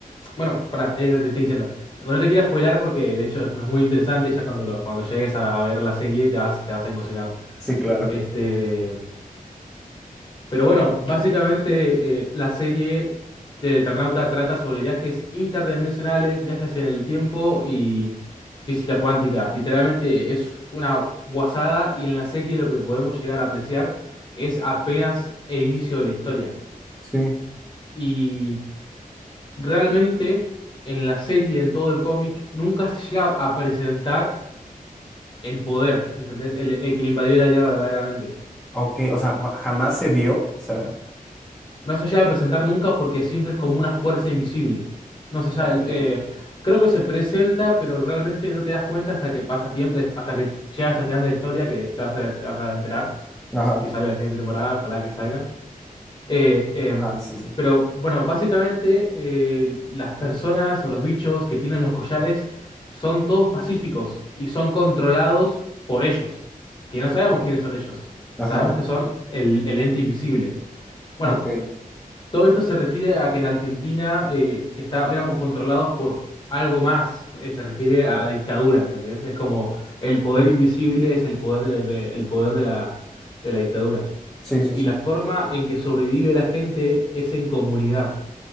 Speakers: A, on the left (about 30°); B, in the centre.
A: bueno, para, eso te estoy diciendo. No te quiero spoilar porque de hecho es, es muy interesante y ya cuando, lo, cuando llegues a, a ver la serie te vas, te vas a emocionar.
B: Sí, claro.
A: Este, Pero bueno, básicamente eh, la serie de Eternauta trata sobre viajes interdimensionales, viajes en el tiempo y física cuántica. Literalmente es una guasada y en la serie lo que podemos llegar a apreciar es apenas el inicio de la historia.
B: Sí.
A: Y realmente en la serie, en todo el cómic, nunca se llega a presentar el poder, ¿entendés? El, el que invadió la Tierra verdaderamente.
B: Ok, o sea, ju- jamás se vio. O sea,
A: No se llega a presentar nunca porque siempre es como una fuerza invisible. No se sabe.
B: Ok,
A: eh, creo que se presenta, pero realmente no te das cuenta hasta que pasa tiempo, hasta que llegas al final de la historia, que te vas a, te vas a enterar.
B: ajá,
A: Si sale la siguiente temporada, ojalá que salgan. Eh, eh,
B: ajá, sí, sí.
A: pero bueno, básicamente eh, las personas o los bichos que tienen los collares son todos pacíficos y son controlados por ellos. Que no
B: ok,
A: sabemos quiénes son ellos.
B: Ajá,
A: Sabemos que son el el ente invisible. Bueno,
B: ok.
A: todo esto se refiere a que en Argentina eh, está- éramos controlados por algo más, eh, se refiere a la dictadura, ¿entendés? Es como el poder
B: Mm,
A: invisible es el poder de la, inve- el poder de la, de la dictadura.
B: Sí, sí,
A: Y
B: sí.
A: la forma en que sobrevive la gente es en comunidad.